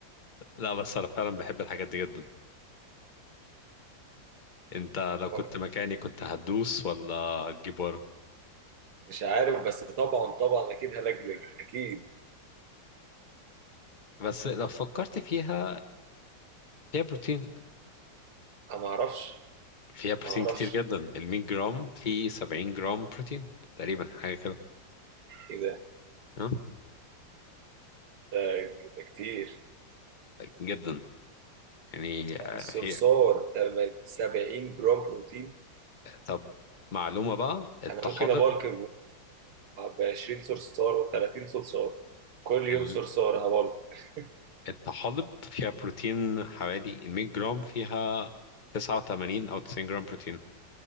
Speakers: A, on the left; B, on the right.
A: لا بس انا فعلا بحب الحاجات دي جدا انت لو
B: هو-
A: كنت مكاني كنت هتدوس ولا هتجيب ورا
B: مش عارف بس طبعا طبعا اكيد هلجلج اكيد
A: بس لو فكرت فيها فيها بروتين
B: انا ما اعرفش
A: فيها بروتين
B: أنا ما اعرفش
A: كتير جدا ال 100 جرام فيه 70 جرام بروتين تقريبا حاجه كده
B: ايه ده
A: ها
B: ده ده كتير
A: جدا يعني
B: يعني
A: آه،
B: الصرصار
A: هي
B: ده 70 جرام بروتين
A: طب معلومة بقى الطحالب
B: انا ممكن ابالك ب 20 صرصار و 30 صرصار كل يوم
A: ال-
B: صرصار هبالك <laughs>
A: الطحالب فيها بروتين حوالي ال 100 جرام فيها 89 أو 90 جرام بروتين